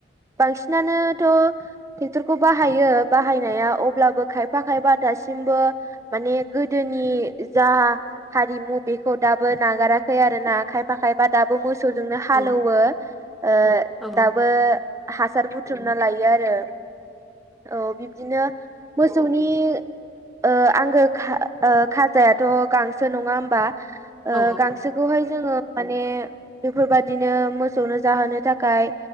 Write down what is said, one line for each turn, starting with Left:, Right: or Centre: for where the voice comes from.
Right: बांसिनानोथ' ट्रेक्टरखौ बाहायो बाहाय नाया अब्लाबो खायफा खायबा दासिमबो माने गोदोनि जा हारिमु बेखौ दाबो नागाराखै आरो ना खायफा खायफा दाबो मोसौजोंनो हालौवो
Centre: औ
Right: ओ
Centre: औ
Right: दाबो हासार बुथुमना लायो आरो औ बिब्दिनो मोसौनि ओ आंगो खा खाजायाथ' गांसो नङा होमबा ओ
Centre: औ
Right: गांसो बेखौहाय जोङो माने बेफोरबादिनो मोसौनो जाहोनो थाखाय